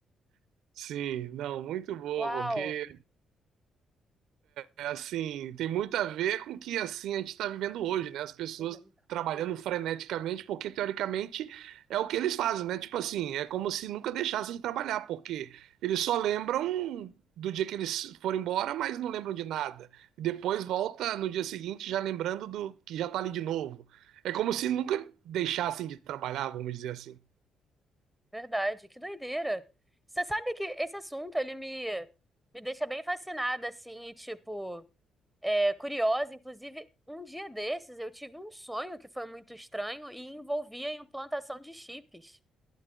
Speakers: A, on the right; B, in the centre.
A: Sim, não, muito boa,
B: Uau!
A: porque É assim, tem muito a ver com o que assim a gente está vivendo hoje, né? As pessoas
B: Uhum.
A: trabalhando freneticamente, porque teoricamente é o que eles fazem, né? Tipo assim, é como se nunca deixassem de trabalhar, porque eles só lembram do dia que eles foram embora, mas não lembram de nada. E depois volta no dia seguinte já lembrando do que já tá ali de novo. É como se nunca deixassem de trabalhar, vamos dizer assim.
B: Verdade, que doideira! Você sabe que esse assunto, ele me, me deixa bem fascinada, assim, e, tipo, é, curiosa. Inclusive, um dia desses, eu tive um sonho que foi muito estranho e envolvia a implantação de chips,